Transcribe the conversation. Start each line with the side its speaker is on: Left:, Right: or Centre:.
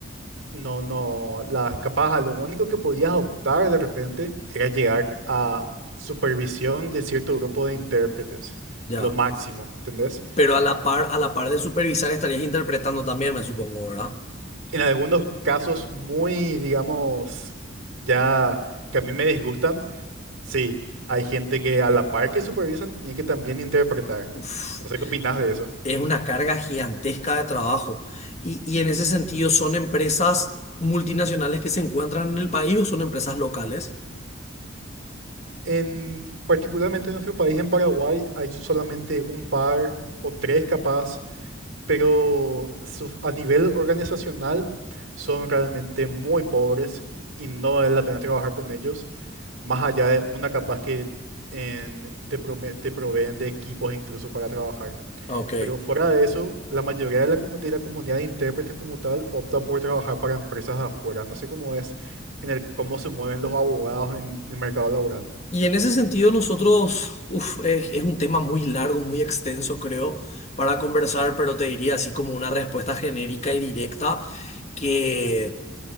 Right: no, no, La capaz, lo único que podías optar de repente era llegar a supervisión de cierto grupo de intérpretes,
Left: Ya.
Right: lo máximo, ¿entendés?
Left: Pero a la par, a la par de supervisar estarías interpretando también, me supongo, ¿verdad?
Right: En algunos casos muy, digamos, ya que a mí me disgustan, sí, hay gente que a la par que supervisan tiene que también interpretar.
Left: Uf,
Right: No sé qué opinás de eso.
Left: es una carga gigantesca de trabajo. Y, y en ese sentido, ¿son empresas multinacionales que se encuentran en el país o son empresas locales?
Right: En particularmente en nuestro país, en Paraguay, hay solamente un par o tres capaz pero su- a nivel organizacional son realmente muy pobres y no vale la pena trabajar con ellos, más allá de una capaz que en- en- te, prome- te proveen de equipos incluso para trabajar.
Left: Ok.
Right: Pero fuera de eso, la mayoría de la, comu- de la comunidad de intérpretes como tal optan por trabajar para empresas de afuera. No sé cómo es en el cómo se mueven los abogados en el mercado laboral.
Left: Y en ese sentido, nosotros, uf, es, es un tema muy largo, muy extenso, creo, para conversar, pero te diría así como una respuesta genérica y directa que...